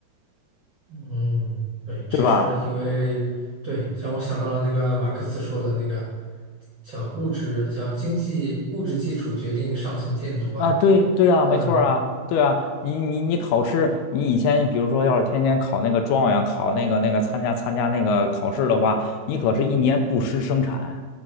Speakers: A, on the right; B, on the left.
A: 嗯，对，确实，
B: 对吧？
A: 因为对，让我想到了那个马克思说的那个叫物质，叫经济物质基础决定上层建筑吧。
B: 啊，对对啊，没错儿啊，
A: 啊，
B: 对啊，你你你考试，你以前比如说要是天天考那个状元，考那个那个参加参加那个考试的话，你可是一年不施生产，